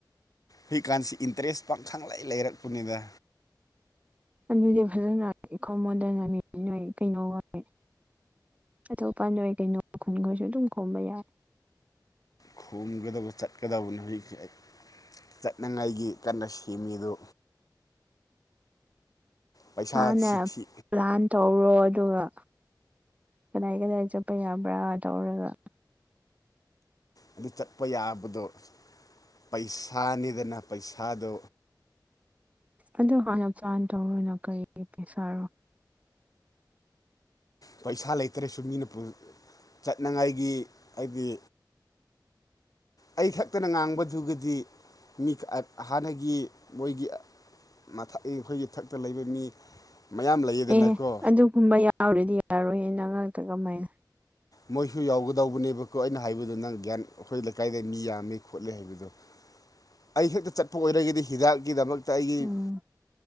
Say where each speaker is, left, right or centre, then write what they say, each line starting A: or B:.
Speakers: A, on the left (about 50°); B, on the right (about 20°).
A: ꯍꯨꯏ ꯀꯥꯟꯁꯤ ꯏꯟꯇꯔꯦꯁ ꯄꯥꯡꯈꯪ ꯂꯩ ꯂꯩꯔꯛꯄꯅꯤꯗ
B: ꯑꯗꯨꯗꯤ ꯐꯖꯅ ꯑꯩꯈꯣ ꯃꯣꯟꯗꯅꯃꯤ ꯅꯣꯏ ꯀꯩꯅꯣ ꯋꯥꯔꯤ ꯑꯇꯣꯞꯄꯥꯟ ꯅꯣꯏ ꯀꯩꯅꯣ ꯈꯨꯟꯈꯣꯏꯁꯨ ꯑꯗꯨꯝ ꯈꯣꯝꯕ ꯌꯥꯏ
A: ꯈꯣꯝꯒꯗꯕ ꯆꯠꯀꯗꯕ ꯅꯣꯏ ꯈꯩ ꯆꯠꯅꯉꯥꯏꯒꯤ ꯀꯟꯅ ꯁꯦꯝꯃꯤꯗꯨ ꯄꯩꯁꯥꯁꯤ
B: ꯍꯥꯟꯅ
A: ꯊꯤ
B: ꯄ꯭ꯂꯥꯟ ꯇꯧꯔꯣ ꯑꯗꯨꯒ ꯀꯗꯥꯏ ꯀꯗꯥꯏ ꯆꯠꯄ ꯌꯥꯕ꯭ꯔꯥ ꯇꯧꯔꯒ
A: ꯑꯗꯨ ꯆꯠꯄ ꯌꯥꯕꯗꯣ ꯄꯩꯁꯥꯅꯤꯗꯅ ꯄꯩꯁꯥꯗꯣ
B: ꯑꯗꯨ ꯍꯥꯟꯅ ꯄ꯭ꯂꯥꯟ ꯇꯧꯔꯣꯅ ꯀꯔꯤꯒꯤ ꯄꯩꯁꯥꯔꯣ
A: ꯄꯩꯁꯥ ꯂꯩꯇ꯭ꯔꯁꯨ ꯃꯤꯅ ꯄꯨ ꯆꯠꯅꯉꯥꯏꯒꯤ ꯑꯩꯒꯤ ꯑꯩ ꯈꯛꯇꯅ ꯉꯥꯡꯕꯗꯨꯒꯤꯗꯤ ꯃꯤꯈ ꯑꯥꯠ ꯍꯥꯟꯅꯒꯤ ꯃꯣꯏꯒꯤ ꯑꯥ ꯃꯊꯛ ꯏ ꯑꯩꯈꯣꯏꯒꯤ ꯊꯛꯇ ꯂꯩꯕ ꯃꯤ ꯃꯌꯥꯝ ꯂꯩꯌꯦꯗꯅꯀꯣ
B: ꯑꯦ ꯑꯗꯨꯒꯨꯝꯕ ꯌꯥꯎꯔꯗꯤ ꯌꯥꯔꯣꯏꯌꯦ ꯅꯪ ꯉꯥꯛꯇ ꯀꯃꯥꯏꯅ
A: ꯃꯣꯏꯁꯨ ꯌꯥꯎꯒꯗꯧꯕꯅꯦꯕꯀꯣ ꯑꯩꯅ ꯍꯥꯏꯕꯗꯣ ꯅꯪ ꯒ꯭ꯌꯥꯟ ꯑꯩꯈꯣꯏ ꯂꯩꯀꯥꯏꯗ ꯃꯤ ꯌꯥꯝꯃꯦ ꯈꯣꯠꯂꯦ ꯍꯥꯏꯕꯗꯣ ꯑꯩꯁꯨ ꯍꯦꯛꯇ ꯆꯠꯄ ꯑꯣꯏꯔꯒꯗꯤ ꯍꯤꯗꯥꯛꯀꯤꯗꯃꯛꯇ ꯑꯩꯒꯤ__
B: ꯎꯝ